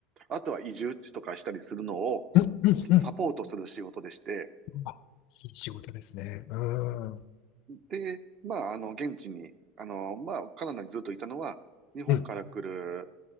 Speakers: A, on the right; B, on the left.
A: あとは移住とかしたりするのを
B: うん、うん、うん。
A: ササポートする仕事でして、
B: あ、仕事ですね。うん、うん、
A: で、まあ、あの、現地に、あのまあ、カナダにずっといたのは、日本から来る
B: うん、